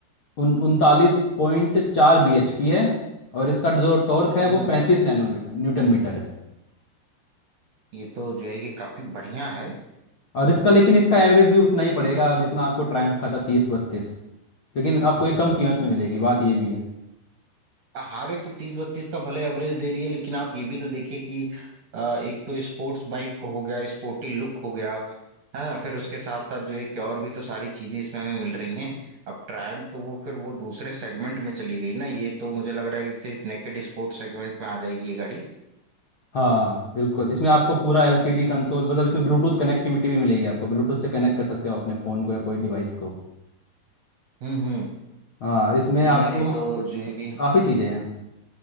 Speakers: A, on the left; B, on the right.
A: उन उनतालीस पॉइंट चार बी एच पी है और इसका जो टॉर्क
B: हम्म
A: है वो
B: हम्म,
A: पैंतीस नैनोमीटर न्यूटन मीटर है
B: ये तो जो है कि काफी बढ़िया है
A: और इसका लेकिन इसका एवरेज भी उतना ही पड़ेगा जितना आपको ट्रायम्फ का था तीस बत्तीस लेकिन आपको ये कम कीमत में मिलेगी बात ये भी है
B: हारे तो तीस बत्तीस का भले एवरेज दे रही है लेकिन आप ये भी तो देखिए कि अ, एक तो स्पोर्ट्स बाइक हो गया स्पोर्टी लुक हो गया हाँ फिर उसके साथ साथ जो है कि और भी तो सारी चीजें इसमें हमें मिल रही हैं अब ट्रायम्फ तो वो फिर वो दूसरे सेगमेंट में चली गई ना ये तो मुझे लग रहा है कि जैसे नेकेड स्पोर्ट्स सेगमेंट में आ जाएगी ये गाड़ी
A: हाँ बिल्कुल इसमें आपको पूरा एलसीडी कंसोल मतलब इसमें ब्लूटूथ कनेक्टिविटी भी मिलेगी आपको ब्लूटूथ से कनेक्ट कर सकते हो अपने फ़ोन को या कोई डिवाइस को
B: हम्म हम्म
A: हाँ इसमें
B: नहीं
A: आपको
B: यार ये तो जो है कि
A: काफ़ी चीज़ें हैं